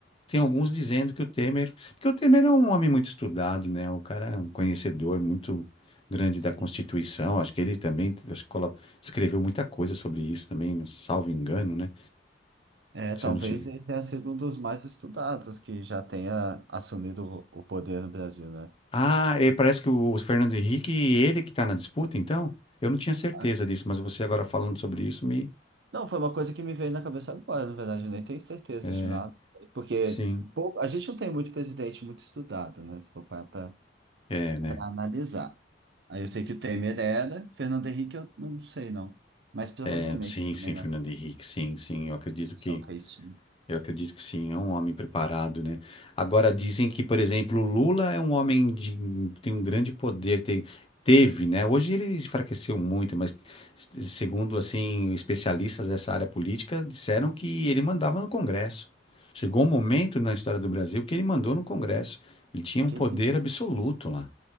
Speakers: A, on the left; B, on the right.
A: tem alguns dizendo que o Temer, porque o Temer é um homem muito estudado, né? O cara é um conhecedor muito grande
B: Sim.
A: da Constituição. Acho que ele também acho que colo- escreveu muita coisa sobre isso também, não- salvo engano, né?
B: É,
A: Se
B: talvez
A: eu não tive.
B: ele tenha sido um dos mais estudados que já tenha assumido o o poder no Brasil, né?
A: Ah, e parece que o Fernando Henrique, ele que está na disputa, então? Eu não tinha certeza
B: Ah,
A: disso, mas você agora falando sobre isso me.
B: Não, foi uma coisa que me veio na cabeça agora, na verdade, eu nem tenho certeza
A: é,
B: de nada. Porque
A: sim.
B: pouco- a gente não tem muito presidente muito estudado, né? Se for parar
A: É, né?
B: para analisar. Aí eu sei que o Temer era, Fernando Henrique eu não sei não, mas provavelmente
A: É, sim,
B: também
A: sim,
B: na
A: Fernando Henrique, sim, sim. Eu acredito
B: Constituição
A: que
B: que ele tinha.
A: Eu acredito que sim, é um homem preparado, né? Agora dizem que, por exemplo, o Lula é um homem de tem um grande poder, tem- teve, né? Hoje ele enfraqueceu muito, mas s- segundo assim especialistas dessa área política disseram que ele mandava no Congresso. Chegou um momento na história do Brasil que ele mandou no Congresso. Ele tinha
B: É que,
A: um poder
B: ele-
A: absoluto lá.